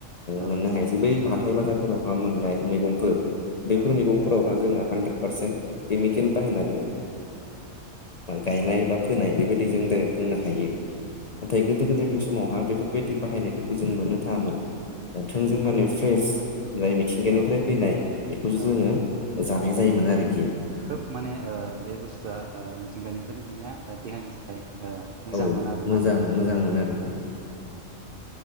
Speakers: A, on the right; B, on the left.
A: औ
B: मोननो हायोसै बै हाथाय बाजारफोरावहा मोननाय मैगंफोर बेफोर
A: औ
B: मैगंफोराव जोङो हानद्रेद पारसेन्ट केमिकेल बाहायनानै गायनाय बा फोनाय बेबायदि जों रेक्ट बुंनो हायो नाथाय गोदो गोदायनि समावहााय बेफोरबायदि बाहायनायफोरखौ जों मोननो थाङामोन। थोंजों माने
A: औ
B: फ्रेस जाय मिथिंगानिफ्राय
A: औ
B: फैनाय बेखौसो
A: औ
B: जोङो जानाय जायोमोन आरोखि
A: खोब माने ओ बे बुस्थुआ ओ मिथिंगानिफ्राय मोननाया देहानि थाखाय ओ मोजां
B: औ
A: मोनो आरो
B: मोजां
A: ना औ
B: मोजांमोन आरोखि
A: औ औ